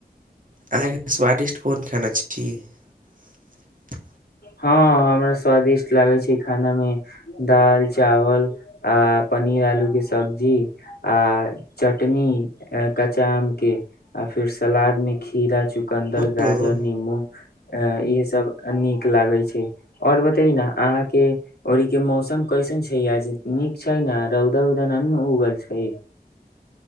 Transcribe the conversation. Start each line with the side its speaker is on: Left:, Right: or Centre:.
Right: अहाँके स्वादिष्ट कोन खाना <unintelligible>
Left: हँ हमरा स्वादिष्ट लागै छै खाना मे दाल -चावल, आ पनीर आलू के सब्ज जी आ चटनी, कच्चा आम के, आ फिर सलाद में खीरा चु चुकन्दर,
Right: बोलू
Left: गाजर, नीमू अ इहे सब नीक लागे छै और बते न अहाँ के और के मौसम कैसन छै आ नीक छै ने रौदा उदा ओ गल छै।